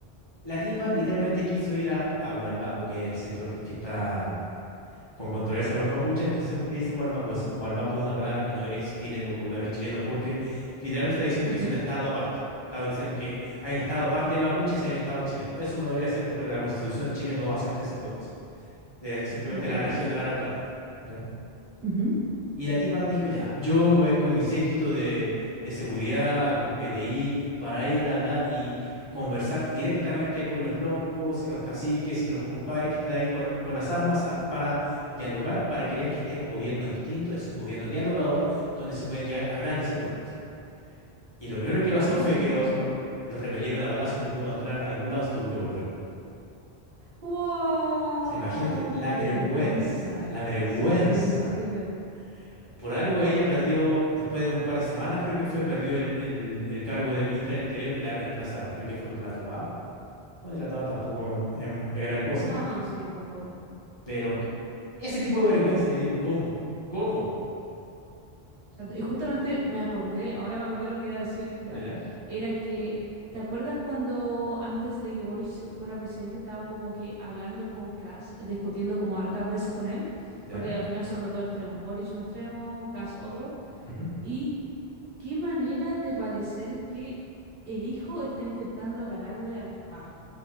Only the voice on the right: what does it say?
ujú.
¿Por
qué?
Ya,
ya.
ujú,
Ya,
¿qué
pa- ¿y
qué
pasó?
¡Wow!
¡Qué
vergüenza!
Sí, horrible.
No, sí, tampoco.
Y,
Exacto. Y justamente me acordé, ahora me acordé lo que iba a decir, ¿ya?
Era que, ¿te acuerdas cuando antes de que Boris fuera presidente estaba como que hablando con Kass, discutiendo como hartas veces con él?
Porque al final son los dos extremos, Boris un extremo, Kass otro.
Y qué manera de parecer que el hijo está intentando ganarle al papá.